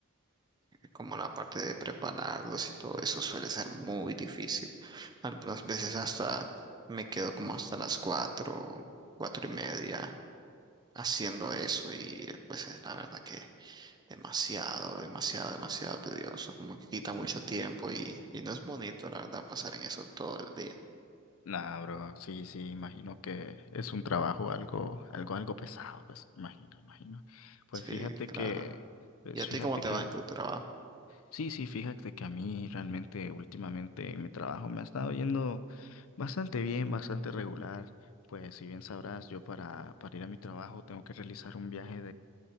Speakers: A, on the right (about 20°); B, on the left (about 65°).
A: como la parte de prepararlos y todo eso suele ser muy difícil. Algunas veces hasta me quedo como hasta las cuatro, cuatro y media haciendo eso y pues es la verdad que demasiado, demasiado, demasiado tedioso, como que quita mucho tiempo y, y no es bonito la verdad pasar en eso todo el día.
B: Nah, bro, sí, sí, imagino que es un trabajo algo, algo, algo pesado, pues, imagino, imagino. Pues
A: Sí,
B: fíjate
A: claro.
B: que, pues
A: ¿Y a
B: fíjate
A: ti cómo te
B: que,
A: va en tu trabajo?
B: sí, sí, fíjate que a mí realmente últimamente en mi trabajo me ha estado yendo bastante bien, bastante regular. Pues si bien sabrás, yo para, para ir a mi trabajo tengo que realizar un viaje